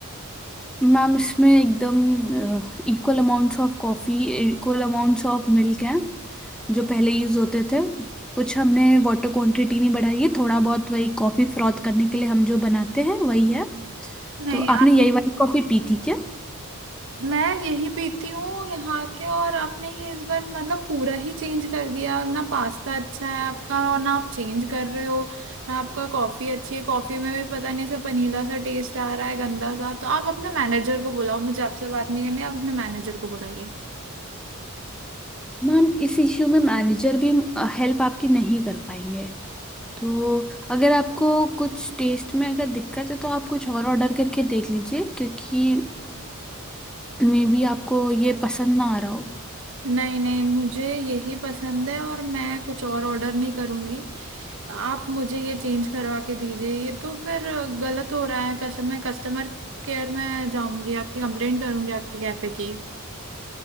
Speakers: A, in the centre; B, on the right.
A: मैम इसमें एकदम equal amounts of coffee equal amounts of milk हैं जो पहले यूज़ होते थे कुछ हमने वाटर क्वांटिटी नहीं बढ़ाई है थोड़ा बहुत वही कॉफ़ी फ्रॉथ करने के लिए हम जो बनाते हैं वही है
B: नहीं
A: तो आपने
B: आप
A: यही वाली कॉफ़ी पी थी क्या
B: मैं यही पीती हूँ यहाँ के और आपने ये इस बार मतलब पूरा ही चेंज कर दिया ना पास्ता अच्छा है आपका और ना आप चेंज कर रहे हो ना आपका कॉफी अच्छी है कॉफी में भी पता नहीं ऐसा पनीला सा टेस्ट आ रहा है गंदा सा तो आप अपने मैनेजर को बुलाओ मुझे आपसे बात नहीं करनी आप अपने मैनेजर को बुलाइए
A: मैम इस इश्यू में मैनेजर भी हेल्प आपकी नहीं कर पाएंगे तो अगर आपको कुछ टेस्ट में अगर दिक्कत है तो आप कुछ और ऑर्डर करके देख लीजिए क्योंकि मे बी आपको ये पसंद ना आ रहा हो
B: नहीं नहीं मुझे यही पसंद है और मैं कुछ और ऑर्डर नहीं करूंगी आप मुझे ये चेंज करवा के दीजिए ये तो फिर गलत हो रहा है कस्टमर मैं कस्टमर केयर में जाऊंगी आपकी कंप्लेंट करूंगी आपके कैफे की